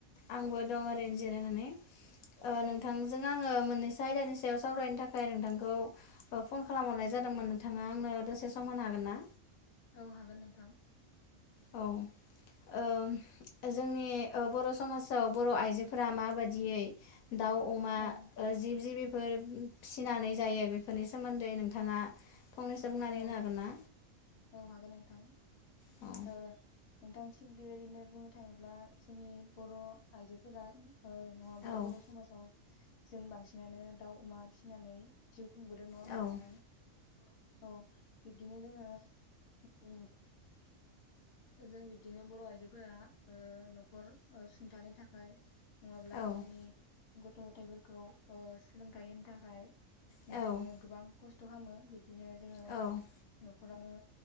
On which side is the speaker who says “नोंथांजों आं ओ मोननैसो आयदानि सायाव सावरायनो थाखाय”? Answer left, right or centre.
Left